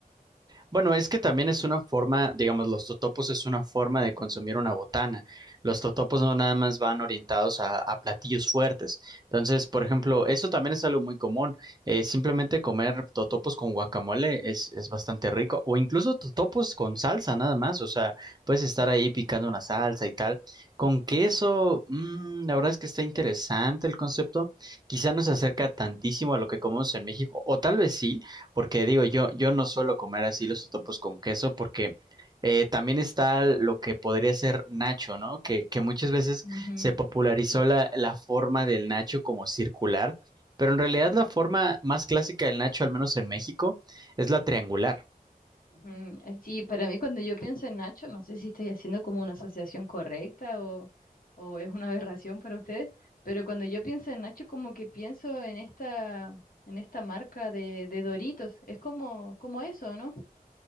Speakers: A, on the right; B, on the left.
A: Bueno, es que también es una forma, digamos, los totopos es una forma de consumir una botana. Los totopos no nada más van orientados a, a platillos fuertes. Entonces, por ejemplo, eso también es algo muy común. Eh, simplemente comer totopos con guacamole es, es bastante rico. O incluso totopos con salsa nada más. O sea, puedes estar ahí picando una salsa y tal. Con queso, mm, la verdad es que está interesante el concepto. Quizá no se acerca tantísimo a lo que comemos en México. O tal vez sí. Porque digo, yo, yo no suelo comer así los totopos con queso porque eh, también está lo que podría ser nacho, ¿no? Que, que muchas veces
B: Ujú,
A: se popularizó la, la forma del nacho como circular, pero en realidad la forma más clásica del nacho, al menos en México, es la triangular.
B: ujú. Eh, Sí, para mí cuando yo pienso en Nacho, no sé si estoy haciendo como una asociación correcta o, o es una aberración para ustedes, pero cuando yo pienso en Nacho como que pienso en esta, en esta marca de, de Doritos, es como, como eso, ¿no?